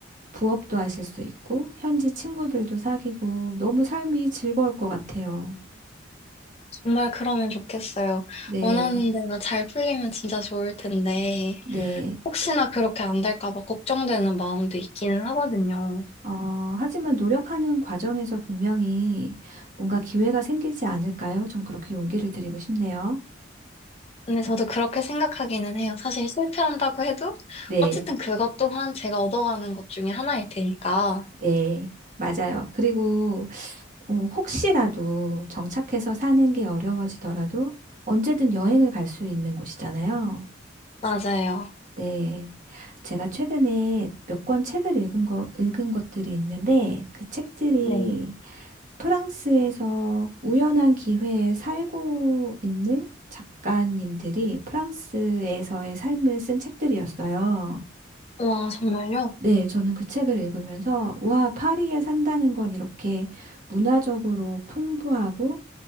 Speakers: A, on the right; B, on the left.
A: 부업도 하실 수 있고, 현지 친구들도 사귀고, 너무 삶이 즐거울 것 같아요.
B: 정말 그러면 좋겠어요.
A: 네,
B: 원하는 대로 잘 풀리면 진짜 좋을 텐데,
A: 네.
B: 혹시나 그렇게 안 될까 봐 걱정되는 마음도 있기는 하거든요.
A: 어, 하지만 노력하는 과정에서 분명히 뭔가 기회가 생기지 않을까요? 전 그렇게 용기를 드리고 싶네요.
B: 근데 저도 그렇게 생각하기는 해요. 사실 실패한다고 해도,
A: 네,
B: 어쨌든 그것 또한 제가 얻어가는 것 중에 하나일 테니까.
A: 네, 맞아요. 그리고 어, 혹시라도 정착해서 사는 게 어려워지더라도 언제든 여행을 갈 수 있는 곳이잖아요.
B: 맞아요.
A: 네, 제가 최근에 몇 권 책을 읽은 거, 읽은 것들이 있는데 그 책들이
B: 네.
A: 프랑스에서 우연한 기회에 살고 있는 작가님들이 프랑스에서의 삶을 쓴 책들이었어요.
B: 와, 정말요?
A: 네, 저는 그 책을 읽으면서, 와, 파리에 산다는 건 이렇게 문화적으로 풍부하고